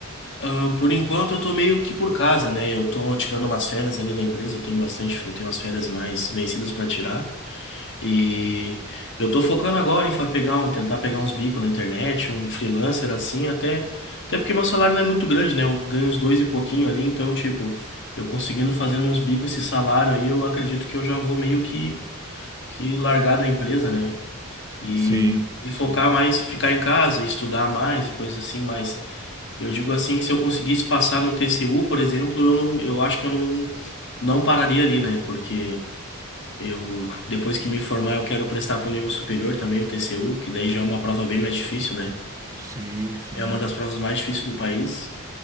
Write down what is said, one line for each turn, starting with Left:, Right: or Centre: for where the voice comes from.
Left: Ah, por enquanto eu tô meio que por casa, né? Eu tô tirando umas férias ali da empresa, eu tenho bastante, eu tenho umas férias mais vencidas pra tirar. E eu tô focando agora em fa- pegar um, tentar pegar uns bicos na internet, um freelancer assim, até, até porque meu salário não é muito grande, né? Eu ganho uns dois e pouquinho ali, então, tipo, eu conseguindo fazendo uns bicos esse salário aí, eu acredito que eu já vou meio que, que largar da empresa, né? E,
Right: Sim,
Left: e focar
Right: sim.
Left: mais, ficar em casa, estudar mais e coisas assim, mas eu digo assim que se eu conseguisse passar num TCU, por exemplo, eu não, eu acho que eu não, não pararia ali, né? Porque eu, depois que me formar, eu quero prestar para o nível superior também, o TCU, que daí já é uma prova bem mais difícil, né?
Right: Sim, sim,
Left: É uma das provas mais difíceis do país.